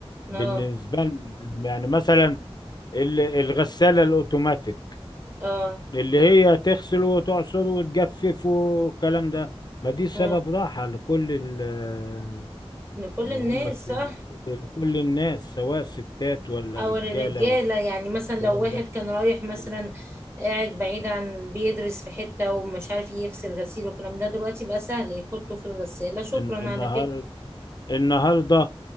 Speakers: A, on the left (about 40°); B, on the right (about 25°).
A: بالنسبة
B: اه
A: لنا يعني مثلا ال- الغسالة الاوتوماتيك
B: اه
A: اللي هي تغسل وتعصر وتجفف والكلام ده ما دي سبب
B: اه
A: راحة لكل ال-
B: ان كل
A: اللي
B: الناس
A: هم الس-
B: صح
A: لكل الناس سواء ستات ولا
B: او
A: رجالة
B: الرجاله
A: ولا
B: يعني مثلا لو
A: الكلام
B: واحد
A: ده
B: كان رايح مثلا
A: ال-
B: قاعد بعيد عن بيدرس في حته ومش عارف يغسل غسيل والكلام ده دلوقتي بقى سهل يحطه في الغساله شكرا
A: الن- النهار
B: على كده
A: النهارده